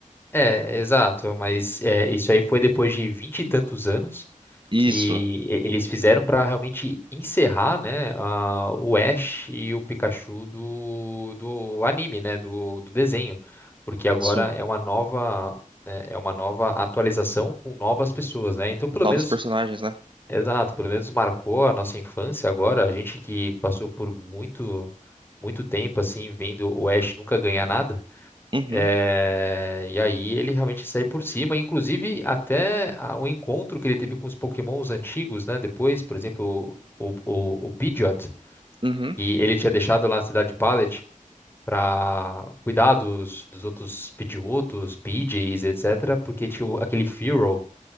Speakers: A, on the left (about 15°); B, on the right (about 35°).
A: é, exato, mas é, isso aí foi depois de vinte e tantos anos
B: Isso,
A: que e- eles fizeram para realmente encerrar, né, a- o Ash e o Pikachu do, do anime, né, do, do desenho, porque agora
B: isso.
A: é uma nova, né, é uma nova atualização com novas pessoas, né? Então, pelo
B: Novos
A: menos
B: personagens, né?
A: Exato, pelo menos marcou a nossa infância agora, a gente que passou por muito muito tempo assim vendo o Ash nunca ganhar nada.
B: Uhum,
A: É, e aí ele realmente sai por cima, inclusive até a- o encontro que ele teve com os Pokémons antigos, né? Depois, por exemplo, o, o, o Pidgeot,
B: uhum,
A: e ele tinha deixado lá na cidade de Pallet para cuidar dos, dos outros Pidgeotos, Pidgeys, etc, porque tinha o- aquele Fearow